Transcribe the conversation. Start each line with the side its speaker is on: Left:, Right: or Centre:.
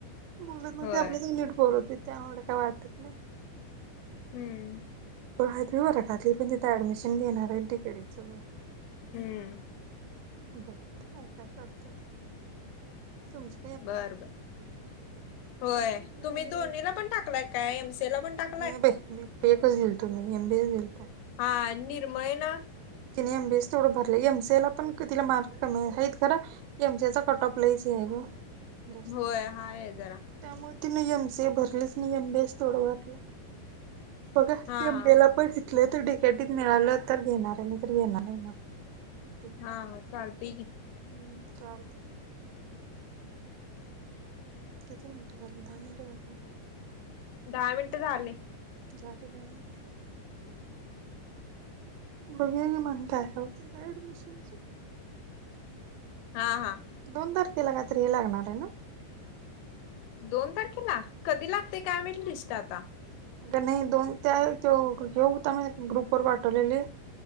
Right: बोलत नाही
Left: होय
Right: आपल्यासी नीट बोलत त्यामुळे काय वाटत नाही
Left: हम्म
Right: आहेत वर्गातील पण तिथे ऍडमिशन घेणार आहेत डगडी च
Left: हम्म
Right: बघ काय काय करतात तुमच
Left: बर बर
Right: तुमचं
Left: होय तुम्ही
Right: एम
Left: दोन्हीला
Right: बी ए
Left: पण टाकलाय का एम सीला पण टाक
Right: नाही मी पेपच <unintelligible> मी एम बीएच गेलता
Left: हा निर्मळे ना
Right: तिने एमबीएस तेवढं भरलेय एमसी ए ला पण तिला मार्क कमी आहेत खरं एम जी चा कट ऑफ लयच आहे ग जास्त
Left: होय
Right: त्यामुळे
Left: हाय जरा
Right: तिने एमसीए भरलीच नाही एम बीएस थोड भरल बघा
Left: हा
Right: एमबीए
Left: हा
Right: ला पण घेतल तर डिकेटीत मिळाल तर घेणार आहे नाही तर घेणार नाही मग ते पण.
Left: हां हां चालते की
Right: हम्म चालते किती मिनट झाली दहा मिनिट झाली.
Left: दहा मिनिटं झाले
Right: झाले दहा मिनिटं बघुया ना मग काय होते ऍडमिशनच
Left: हा हां
Right: दोन तारखेला काय हे लागणार आहे ना
Left: दोन तारखेला कधी लागतय काय माहित लिस्ट आता
Right: अ नाही दोन ते तेव हे होता ग्रुप वर पाठवलेले